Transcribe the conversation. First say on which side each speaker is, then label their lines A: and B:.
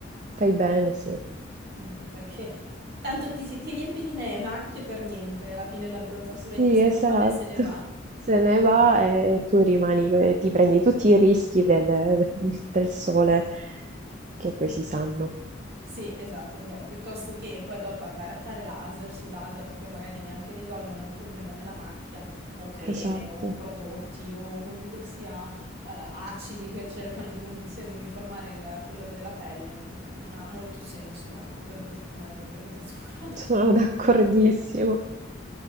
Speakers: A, on the right; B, on the right.
A: fai bene, sì.
B: anche perché tanto ti, si- ti riempi di ne- macchie per niente, alla fine l'abbronzatura
A: Sì,
B: in due settimane
A: esatto.
B: se ne va.
A: Se ne va e tu rimani, eh, ti prendi tutti i rischi del, del sole che poi
B: <laughs>
A: si sanno.
B: Sì, esatto, do- piuttosto che poi dopo andare a fare laser su laser che poi magari neanche risolvono il problema della macchia o creme
A: Esatto,
B: o prodotti o comunque sia eh, acidi che cercano di, comunque sia di uniformare il colore della pelle, non, non ha molto senso, ecco, per due settimane di abbronzatura.
A: sono d'accordissimo.